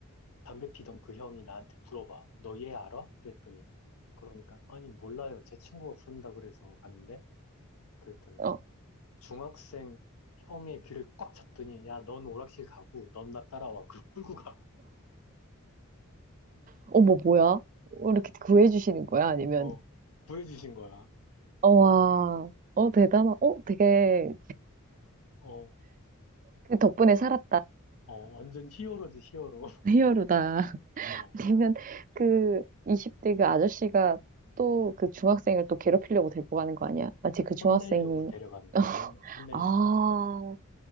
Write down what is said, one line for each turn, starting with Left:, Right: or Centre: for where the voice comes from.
Left: 담배 피던 그 형이 나한테 물어봐. 너 얘 알아? 그랬더니 그러니까 아니 몰라요. 제 친구가 부른다 그래서 가는데 그랬더니
Right: 어,
Left: 중학생 형의 귀를 꽉 잡더니 야, 넌 오락실 가고 넌 나 따라와. 그 끌고 가.
Right: 어머, 뭐야? 어, 이렇게 구해주시는 거야? 아니면,
Left: 어. 구해주신 거야.
Right: 어, 와, 어, 대단하, 어, 되게,
Left: 어.
Right: 그 덕분에 살았다.
Left: 어, 완전 히어로지, 히어로.
Right: <laughs>
Left: <laughs>
Right: 히어로다. <laughs>
Left: 어.
Right: 되면 그 20대 그 아저씨가 또 그 중학생을 또 괴롭히려고 데리고 가는 거 아니야? 마치 그 중학생이.
Left: 혼내려고 데려가는
Right: <laughs>
Left: 거지. 혼내, 혼내려고.
Right: 아,